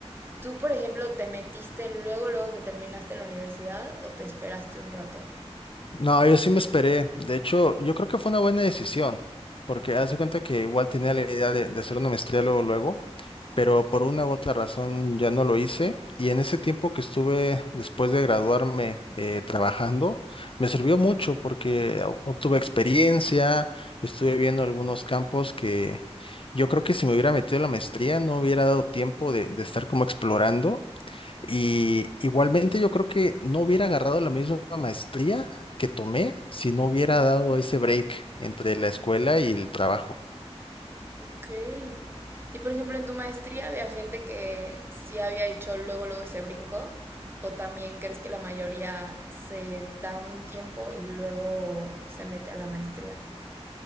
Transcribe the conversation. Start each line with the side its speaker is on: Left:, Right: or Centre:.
Right: ¿Tú, por ejemplo, te metiste luego, luego que terminaste la universidad o te esperaste un rato?
Left: No, yo sí me esperé. De hecho, yo creo que fue una buena decisión, porque haz de cuenta que igual tenía la idea de, de hacer una maestría luego, luego, pero por una u otra razón ya no lo hice. Y en ese tiempo que estuve después de graduarme eh, trabajando, me sirvió mucho porque ob- obtuve experiencia, estuve viendo algunos campos que yo creo que si me hubiera metido en la maestría no hubiera dado tiempo de, de estar como explorando. Y igualmente yo creo que no hubiera agarrado la misma maestría que tomé si no hubiera dado ese break entre la escuela y el trabajo.
Right: Ok. Y por ejemplo, en tu maestría había gente que sí había hecho luego, luego ese brinco, o también crees que la mayoría se da un tiempo y luego se mete a la maestría.